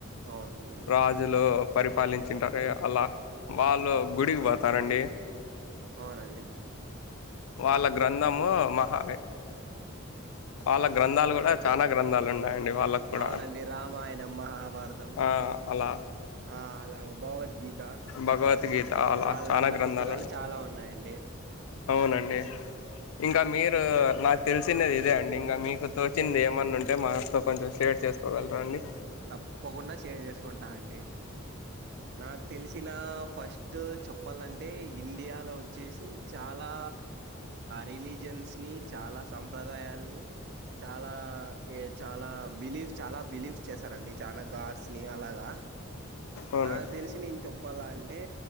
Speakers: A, on the right; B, on the left.
A: అవునండి.
B: రాజులు పరిపాలిం తింటారు అలా వాళ్ళు గుడికి పోతారండి
A: అవునండి
B: వాళ్ళ గ్రంథము మహా వాళ్ళ గ్రంథాలు కూడా చాలా గ్రంథాలు ఉన్నాయండి వాళ్ళకు కూడా
A: అవునండి రామాయణం, మహాభారతం,
B: ఆ అలా
A: ఆ అలాగ భగవద్గీత,
B: భగవద్గీత అలా
A: వాళ్నమ్మే
B: చాలా గ్రంథాలు
A: పుస్తకాలు చాలా ఉన్నాయండి.
B: అవునండి ఇంకా మీరు నాకు తెలిసినది ఇదే అం ఇంకా మీకు తోచింది ఏమన్నా ఉంటే మాతో కొంచెం షేర్ చేసుకోగలరా అండి
A: తప్పకుండా సేవ్ చేసుకోం ంటా అండి నాకు తెలిసిన ఫస్ట్ చెప్పాలంటే, ఇండియాలో వచ్చేసి చాలా రిలీజియన్స్ని, చాలా సంప్రదాయాలని, చాలా చాలా బిలీఫ్ చాలా బిలీవ్ చేసారండి చాన గార్డ్స్ ని అలాగా
B: అవునండి
A: నాకు తెలిసి నేను చెప్పాల అంటే